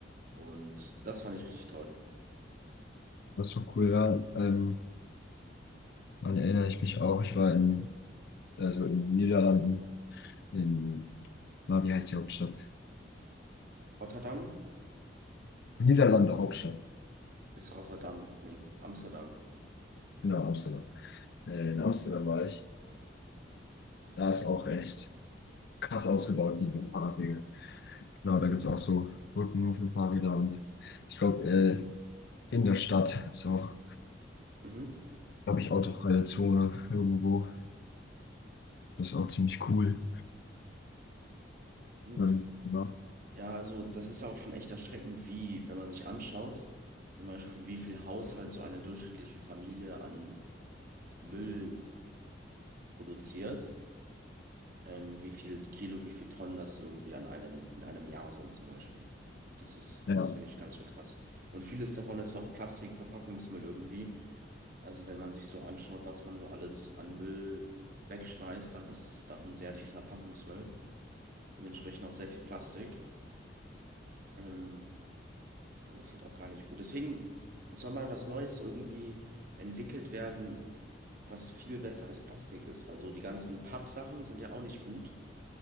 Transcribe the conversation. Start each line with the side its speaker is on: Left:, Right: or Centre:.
Right: Und das fand ich richtig toll.
Left: das ist doch cool, ja. Ähm, Daran erinnere ich mich auch. Ich war in, also in den Niederlanden, in, na, wie heißt die Hauptstadt?
Right: Rotterdam
Left: Niederlande Hauptstadt.
Right: ist Rotterdam, nee, Amsterdam.
Left: Genau, Amsterdam. Äh, in Amsterdam war ich. Da ist auch echt krass ausgebaut, die Fahrradwege. Genau, da gibt es auch so Brücken nur für Fahrräder und ich glaube, äh, in der Stadt ist auch,
Right: Mhm.
Left: glaube ich, autofreie Zone irgendwo. Das ist auch ziemlich cool.
Right: Ja,
Left: Ähm, genau.
Right: also das ist ja auch schon echt erschreckend, wie, wenn man sich anschaut, zum Beispiel, wie viel Haushalt so eine durchschnittliche Familie an Müll produziert, ähm, wie viel Kilo, wie viel Tonnen das irgendwie an einem, in einem Jahr sind zum Beispiel. Das ist,
Left: Ja,
Right: das finde ich ganz schön krass. Und vieles davon ist ja auch Plastik, Verpackungsmüll irgendwie. Also wenn man sich so anschaut, was man so alles an Müll wegschmeißt, dann ist es davon sehr viel Verpackungsmüll, dementsprechend auch sehr viel Plastik. Ähm, Und das ist halt auch gar nicht gut. Deswegen soll mal was Neues irgendwie entwickelt werden, was viel besser als Plastik ist, weil so die ganzen Pappsachen sind ja auch nicht gut,